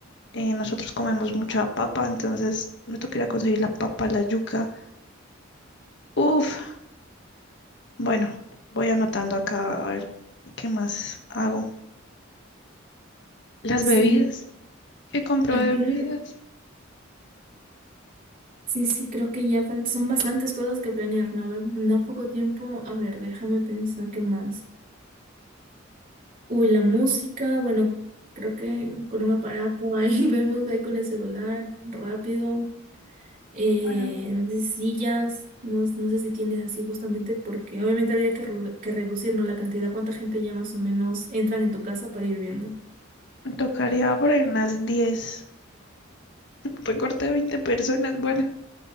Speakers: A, on the left (about 60°); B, on the right (about 45°).
A: eh, nosotros comemos mucha papa, entonces me toca ir a conseguir la papa, la yuca. Uf, bueno, voy anotando acá a ver qué más hago. Las
B: Sí,
A: bebidas, ¿qué compro
B: ah,
A: de
B: claro.
A: bebidas?
B: Sí, sí, creo que ya fal- son bastantes cosas que planear, Naval. Da poco tiempo. A ver, déjame pensar qué más. Uy, la música, bueno, creo que con un aparato ahí <laughs> vemos ahí con el celular, rápido. Eh,
A: Bueno,
B: no sé si sillas, no, no sé si tienes así justamente porque obviamente habría que, ru- que reducir, ¿no? la cantidad, cuánta gente ya más o menos entran en tu casa para ir viendo.
A: me tocaría por ahí unas 10 recorté 20 personas, bueno.